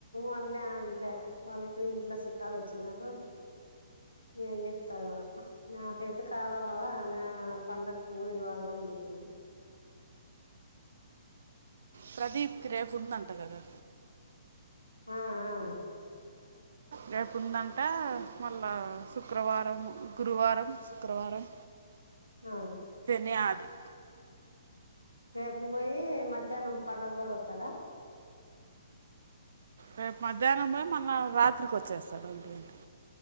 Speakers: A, on the left; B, on the right.
A: అనలే అనలే వాళ్ళకు ఇంట్లో చుట్టాలు వచ్చినరూ నేం చెప్తారు నాకైతే కావాల నా పండగకి ఊరుకి ఇవ్వాల అని చెప్పినను
B: ప్రదీప్కి రేపుందంట కదా
A: ఆ ఆ
B: రేపు ఉందంట మళ్ళా శుక్రవారం గురువారం శుక్రవారం
A: ఆ
B: న్యాది
A: రేపు పోయి మధ్యాహ్నం పండగ రొజు వత్తడా
B: రేపు మధ్యాహ్నం పోయి మళ్ళా రాత్రికి వచ్చేస్తాడు ఒంటిగంటాకి